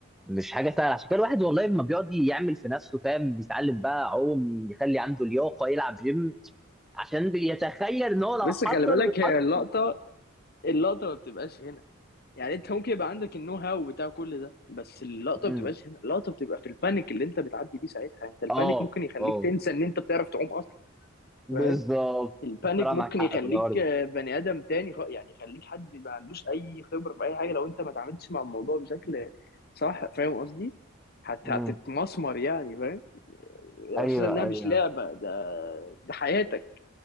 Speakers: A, in the centre; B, on the left.
A: مش حاجه سهله عشان كده الواحد والله ما بيقعد يعمل في نفسه فاهم بيتعلم بقى عوم يخلي عنده لياقه يلعب جيم عشان بيتخيل ان هو لو
B: بس
A: حصل
B: خلي بالك
A: واتحط
B: هي اللقطه اللقطه ما بتبقاش هنا يعني انت ممكن يبقى عندك النو هاو بتاع كل ده بس اللقطه
A: امم
B: ما بتبقاش هنا اللقطه بتبقى في البانيك اللي انت بتعدي بيه ساعتها انت البانيك
A: اه
B: ممكن يخليك
A: اه
B: تنسى ان انت بتعرف تعوم اصلا
A: بالظبط
B: فاهم البانيك
A: طلع
B: ممكن
A: معاك حق
B: يخليك
A: في الحوار ده
B: آه، بني ادم تاني خ- يعني يخليك حد ما عندوش اي خبره في اي حاجه لو انت ما اتعاملتش مع الموضوع بشكل صح فاهم قصدي حتى
A: امم
B: هتتمسمر يعني فاهم يعني
A: ايوه
B: اساسا انها
A: ايوه
B: مش لعبه ده ده حياتك